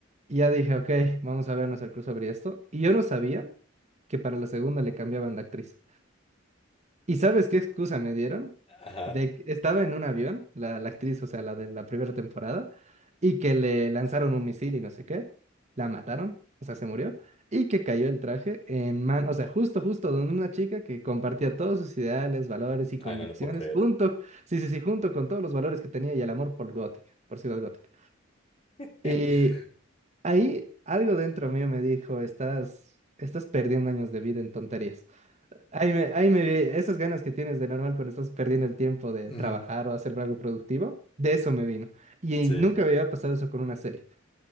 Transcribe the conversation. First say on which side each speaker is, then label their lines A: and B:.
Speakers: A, on the right; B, on the left.
A: Y ya dije, ok, vamos a vernos el crossover y esto. Y yo no sabía que para la segunda le cambiaban de actriz. ¿Y sabes qué excusa me dieron?
B: Ajá.
A: De que estaba en un avión, la, la actriz, o sea, la de la primera temporada, y que le lanzaron un misil y no sé qué, la mataron, o sea, se murió, y que cayó el traje en man, o sea, justo, justo donde una chica que compartía todos sus ideales, valores y convicciones,
B: Ay, no le puedo creer.
A: junto, sí, sí, sí, junto con todos los valores que tenía y el amor por Gótica, por Ciudad Gótica.
B: <laughs>
A: Y ahí algo dentro mío me dijo, estás, estás perdiendo años de vida en tonterías. Ahí me, ahí me vi esas ganas que tienes de normal cuando estás perdiendo el tiempo de
B: Ujú,
A: trabajar o hacer algo productivo, de eso me vino. Y
B: Sí,
A: nunca me había pasado eso con una serie.